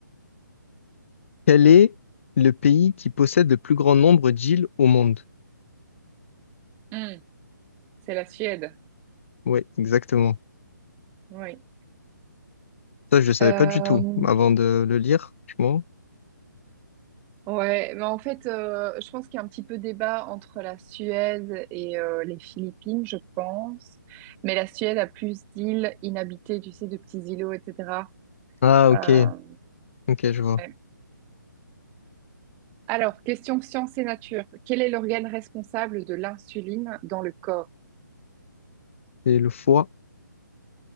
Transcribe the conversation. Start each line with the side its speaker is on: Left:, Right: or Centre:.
Left: Quel est le pays qui possède le plus grand nombre d'îles au monde?
Right: Hmm, c'est la Suède.
Left: Ouais, exactement.
Right: Oui.
Left: Ça, je le savais
Right: Euh,
Left: pas du tout avant de le lire, franchement.
Right: Ouais, mais en fait, euh, je pense qu'il y a un petit peu débat entre la Suède et euh, les Philippines, je pense. Mais la Suède a plus d'îles inhabitées, tu sais, de petits îlots, etc.
Left: Ah, ok,
Right: Euh,
Left: ok, je vois.
Right: ouais. Alors, question science et nature. Quel est l'organe responsable de l'insuline dans le corps?
Left: C'est le foie,